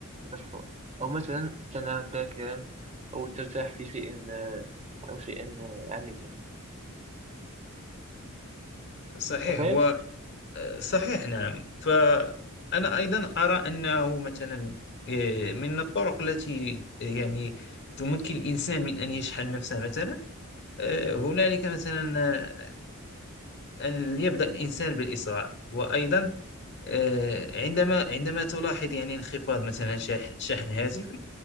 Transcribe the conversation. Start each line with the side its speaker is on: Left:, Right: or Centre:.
Right: مشحون أو مثلا تنام باكرا أو ترتاح في شيء آه، أو شيء آه، عميق
Left: صحيح
Right: فهمت؟
Left: و آه، صحيح نعم فأنا أيضا أرى أنه مثلا آه، من الطرق التي آه، يعني تمكن الإنسان من أن يشحن نفسه مثلا آه، هنالك مثلا أن يبدأ الإنسان بالإسراع وأيضا آه، عندما عندما تلاحظ يعني انخفاض مثلا شح- شحن هاتفك